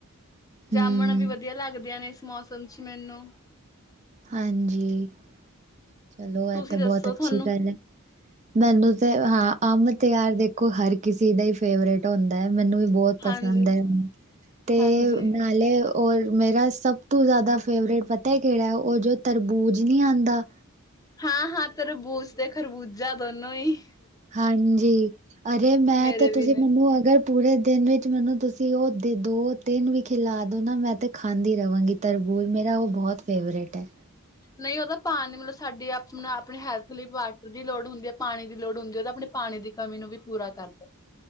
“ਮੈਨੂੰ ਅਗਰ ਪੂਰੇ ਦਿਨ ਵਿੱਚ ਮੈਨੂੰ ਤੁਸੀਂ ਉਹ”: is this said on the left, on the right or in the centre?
Right